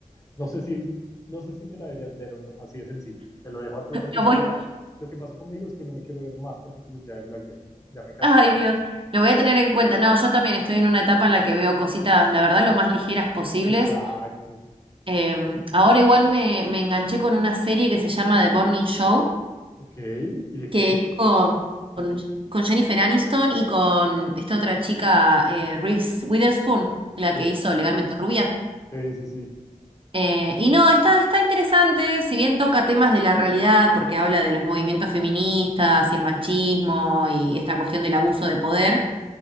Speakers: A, on the left (about 25°); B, on the right (about 40°).
A: no sé si, no sé si te la deberías ver o no, así de sencillo. Te lo dejo a tu responsabilidad.
B: Lo voy
A: Lo que pasó conmigo es que no me quiero ver más capítulos ya de Black Mirror. Ya me cansó.
B: Ay, Dios, lo voy a tener en cuenta. No, yo también estoy en una etapa en la que veo cositas, la verdad, lo más ligeras posibles.
A: Exacto.
B: Eh, ahora igual me, me enganché con una serie que se llama The Morning Show,
A: Ok. ¿Y de
B: que
A: qué
B: es
A: es?
B: con, con, con Jennifer Aniston y con esta otra chica, eh, Reese Witherspoon, la
A: Sí,
B: que hizo Legalmente Rubia.
A: sí, sí, sí.
B: Eh, y no, está, está interesante, si bien toca temas de la realidad, porque habla de los movimientos feministas y el machismo y esta cuestión del abuso de poder.